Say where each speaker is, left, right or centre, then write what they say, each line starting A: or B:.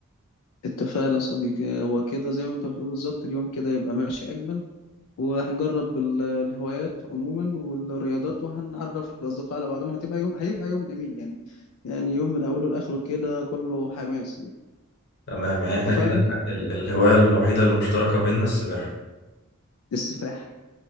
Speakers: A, on the left; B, on the left.
A: اتفقنا يا صديقي وكده زي ما أنت بتقول بالظبط اليوم كده يبقى ماشي أجمل وهنجرب ال- الهوايات عموما والرياضات وهنعرف الأصدقاء على بعضهم هتبقى يوم هيبقى يوم جميل يعني يعني يوم من أوله لآخره كده كله حماس يعني
B: تمام يعني احنا
A: اتفقنا؟
B: كده الح- ال- الهواية الوحيدة المشتركة بيننا السباحة
A: السفاح